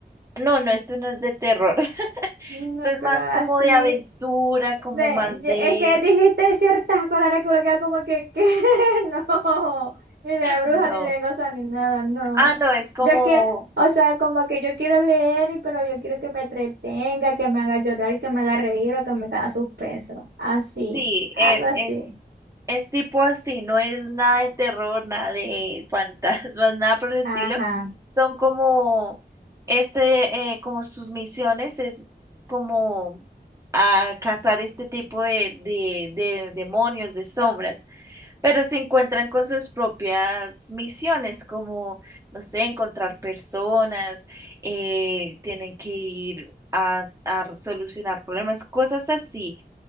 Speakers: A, on the right; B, on the right.
A: No, no,
B: Mm,
A: esto no es de terror. <laughs>
B: No,
A: Esto es
B: pero
A: más
B: así.
A: como de aventura, como
B: de-
A: más
B: ye-
A: de...
B: es que dijiste ciertas palabras que uno queda como que, ¿qué? <laughs> No, ni de bruja,
A: No.
B: ni de cosa, ni nada, no.
A: Ah, no, es como,
B: Yo quiero, o sea, como que yo quiero leer, y- pero yo quiero que me entretenga, que me haga llorar, que me haga reír o que me haga suspenso. Así,
A: sí,
B: algo
A: es,
B: así.
A: es, es tipo así, no es nada de terror, nada de fantasmas, <laughs> nada por el estilo.
B: Ajá.
A: Son como, este, eh, como sus misiones es como a cazar este tipo de, de, de demonios, de sombras, pero se encuentran con sus propias misiones, como, no sé, encontrar personas, eh, tienen que ir a a solucionar problemas, cosas así.